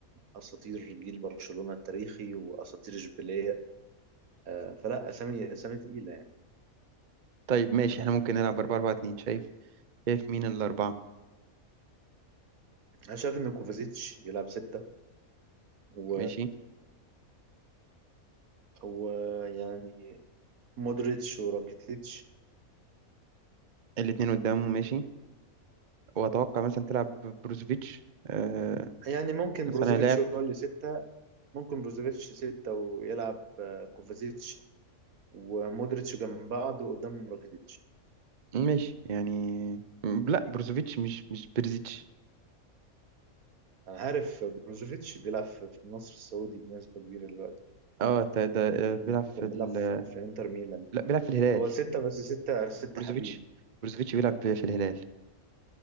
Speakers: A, on the right; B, on the right.
A: اساطير جيل برشلونه التاريخي واساطير اشبيليه آه، فلا اسامي اسامي تقيله يعني
B: طيب ماشي احنا ممكن نلعب 4 4 2 شايف شايف مين الأربعة
A: انا شايف ان كوفازيتش يلعب ستة و...
B: ماشي
A: ويعني مودريتش وراكيتيتش
B: الاتنين قدامه ماشي وأتوقع مثلا تلعب بروزوفيتش آه
A: يعني ممكن
B: صانع
A: بروزوفيتش
B: لعب
A: هو اللي ستة ممكن بروزوفيتش ستة ويلعب آه، كوفازيتش ومودريتش جنب بعض وقدامهم راكيتيتش
B: ماشي يعني م- لا بروزوفيتش مش مش برزيتش
A: أنا عارف بروزوفيتش بيلعب في في النصر السعودي بنسبة كبيرة دلوقتي
B: اه ده ده آه، بيلعب
A: كان
B: في
A: كان
B: ال...
A: بيلعب في في إنتر ميلان
B: لا بيلعب في الهلال
A: هو ستة بس ستة ستة
B: بروزوفيتش
A: حريف
B: بروزوفيتش بيلعب في الهلال